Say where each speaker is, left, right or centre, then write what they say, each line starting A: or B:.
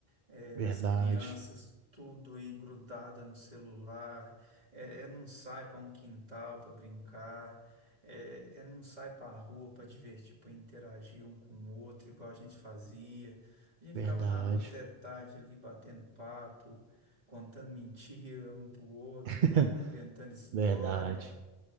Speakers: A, on the right (about 40°); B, on the right (about 55°).
A: É,
B: Verdade,
A: as crianças, tudo aí grudada no celular, é, é não sai para um quintal para brincar, é, é não sai para a rua para divertir, para interagir um com o outro, igual a gente fazia. A gente
B: verdade,
A: ficava na rua até tarde ali batendo papo, contando mentira um pro outro,
B: <laughs>
A: né? Inventando história.
B: verdade.